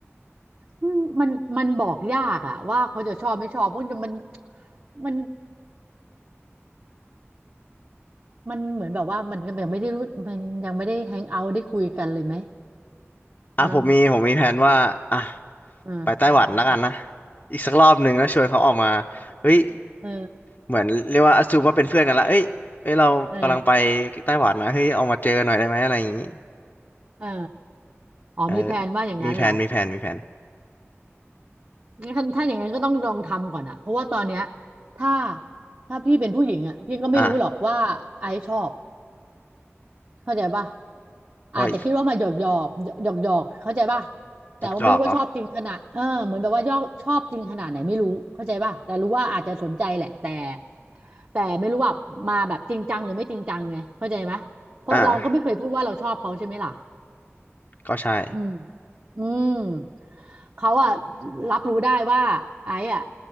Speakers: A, on the right; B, on the left.
A: อืมมันมันบอกยากอะว่าเขาจะชอบไม่ชอบเพราะมันมันมันเหมือนแบบว่ามันยังไม่ได้รู้มันยังไม่ได้แฮงเอาท์ได้คุยกันเลยไหม
B: อ่ะผมมีผมมีแผนว่าอ่ะ
A: เออเออ
B: ไปไต้หวันแล้วกันนะอีกสักรอบหนึ่งแล้วชวนเขาออกมาเฮ้ย
A: เออ
B: เหมือนเรียกว่าอ s ซูมว่าเป็นเพื่อนกันละเอ้ยเอ้ยเรากำลังไป
A: เออ
B: ไต้หวันนะเฮ้ยออกมาเจอหน่อยได้ไหมอะไรอย่างงี้
A: เอออ๋อมีแผนว่าอย่างนั้นเหรอ
B: เออมีแผนมีแผนมีแผน
A: งั้นถ้าอย่างนั้นก็ต้องลองทำก่อนอะเพราะว่าตอนเนี้ยถ้าถ้าพี่เป็นผู้หญิงอะพี่ก็ไม่รู้หรอกว่าไอซ์ชอบ
B: อ่ะ
A: เข้าใจป่ะ
B: โอ้ย
A: อาจจะคิดว่ามาหยอกหยอกหยอกหยอกๆเข้าใจป่ะแต่ว่าไม่รู้ว่าชอบจริงขนาดเออเหมือนแบบว่ายอกชอบจริงขนาดไหนไม่รู้เข้าใจป่ะแต่รู้ว่าอาจจะสนใจแหละแต่
B: จอกจอกอ๋อ
A: แต่ไม่รู้ว่ามาแบบจริงจังหรือไม่จริงจังไงเข้าใจไหมเพราะเราก็ไม่เคยพูดว่าเราชอบเขาใช่ไหมล่ะ
B: อ่ะก็ใช่
A: อืม อืม เขาอะรับรู้ได้ว่าไอ้อะ